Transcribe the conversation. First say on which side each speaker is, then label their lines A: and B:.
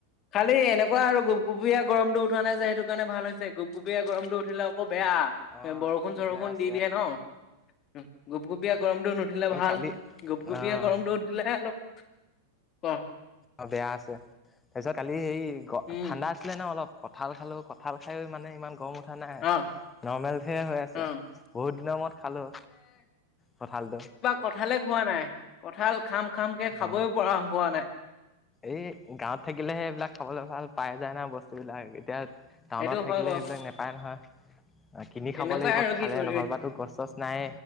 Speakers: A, on the left; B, on the left.
A: খালি এনেকুৱা আৰু গুপগুপুৰীয়া গৰমটো উঠা নাই যে, সেইটো কাৰণে ভাল হৈছে গুপগুপুৰীয়া গৰমটো উঠিলে আকৌ বেয়া।
B: অ
A: বৰষুণ
B: সেইটো
A: চৰষুণ
B: বেয়া আছে
A: দি দিয়ে ন'। গুপগুপীয়া গৰমটো নুঠিলে
B: এই
A: ভাল,
B: কালি
A: গুপগুপীয়া
B: আহ
A: গৰমটো উঠিলে অলপ গৰম।
B: অ বেয়া আছে তাৰপিছত কালি সেই গ
A: উম,
B: ঠাণ্ডা আছ আছিলে ন অলপ কঠাল খালো কঁঠাল খাইও মানে ইমান গম উঠ ঠা নাই
A: অ',
B: নৰ্মেল হে হৈ আছে
A: অ',
B: বহুত দিনৰ মূৰত খালো কঁঠালটো
A: কঠালে খোৱা নাই কঠাল খাম খাম কে খাবই
B: অ
A: পৰা হোৱা নাই
B: এই গাঁৱত থাকিলেহে এইবিলাক খাবলে ভাল পাই যায় না বস স্তুবিলাক এতিয়া টাউনত
A: সেইটো
B: থাকিলে
A: হয় বাৰু
B: সেইবিলাক নেপায় নহয় আ কিনি
A: তেনেকুৱাই
B: খাব লাগিব
A: আৰু
B: খালে
A: কি কৰিবি।
B: নহলেবাতো গছ চছ নাই